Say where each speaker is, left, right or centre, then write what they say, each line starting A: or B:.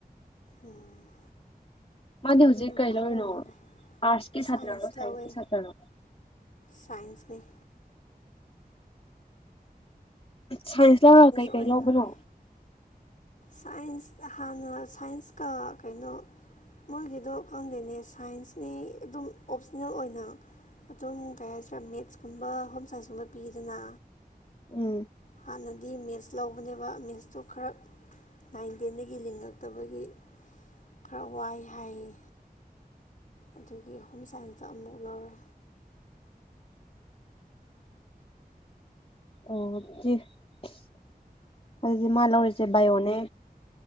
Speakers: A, on the left (about 55°); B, on the left (about 35°).
A: ꯎꯝ
B: ꯃꯥꯗꯤ
A: ꯑꯗꯨꯅ
B: ꯍꯧꯖꯤꯛ ꯀꯩ
A: ꯐꯥꯗꯧ
B: ꯂꯧꯔꯤꯅꯣ
A: ꯃꯥꯜꯂꯦ
B: ꯑꯥꯔꯠꯁꯀꯤ
A: ꯁꯥꯏꯟꯁ
B: ꯁꯥꯇ꯭ꯔꯔꯣ ꯁꯥꯏꯟꯁꯀꯤ
A: ꯂꯧꯋꯦ
B: ꯁꯥꯇ꯭ꯔꯔꯣ
A: ꯁꯥꯏꯟꯁꯅꯦ
B: ꯁꯥꯏꯟꯁ ꯂꯧꯔ ꯀꯩ
A: ꯑꯣꯏꯅ
B: ꯀꯩ ꯂꯧꯕꯅꯣ
A: ꯂꯧꯔꯦ ꯁꯥꯏꯟꯁ ꯍꯥꯟꯅ ꯁꯥꯏꯟꯁꯀ ꯀꯩꯅꯣ ꯃꯣꯏꯒꯤꯗꯣ ꯈꯪꯗꯦꯅꯦ ꯁꯥꯏꯟꯁꯅꯦ ꯑꯗꯨꯝ ꯑꯣꯞꯁꯅꯦꯜ ꯑꯣꯏꯅ ꯑꯗꯨꯝ ꯀꯩ ꯍꯥꯏꯁꯤꯔꯥ ꯃꯦꯠꯁꯀꯨꯝꯕ ꯍꯣꯝ ꯁꯥꯏꯟꯁꯀꯨꯝꯕ ꯄꯤꯗꯅ
B: ꯎꯝ
A: ꯍꯥꯟꯅꯗꯤ ꯃꯦꯠꯁ ꯂꯧꯕꯅꯦꯕ ꯃꯦꯠꯁꯇꯣ ꯈꯔ ꯅꯥꯏꯟ ꯇꯦꯟꯗꯒꯤ ꯂꯤꯡꯉꯛꯇꯕꯒꯤ ꯈꯔ ꯋꯥꯏ ꯍꯥꯏꯌꯦ ꯑꯗꯨꯒꯤ ꯍꯣꯝ ꯁꯥꯏꯟꯁꯇ ꯑꯃꯨꯛ ꯂꯧꯔꯦ
B: <unintelligible> ꯑꯗꯨꯗꯤ ꯃꯥ ꯂꯧꯔꯤꯁꯦ ꯕꯥꯏꯌꯣꯅꯦ